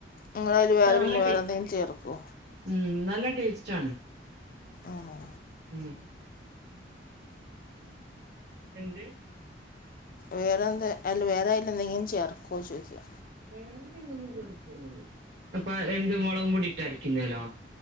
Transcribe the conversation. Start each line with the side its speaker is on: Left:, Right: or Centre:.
Left: ഇങ്ങളയില് വേറെ
Right: നല്ല
Left: പിന്നെ വേറെ
Right: ടേ
Left: എന്തെലും ചേർക്കോ?
Right: ഉം നല്ല ടേസ്റ്റ് ആണ്
Left: ആണോ
Right: ഉം എന്ത്?
Left: വേറെ എന്താ അയ്ല് വേറെയിലെന്തെങ്കിലും ചേർക്കോ ചോയ്ക്കാ.
Right: <unintelligible> പ്പ എന്ത് മൊളകും പൊടിട്ടരക്കുന്നയിലോ?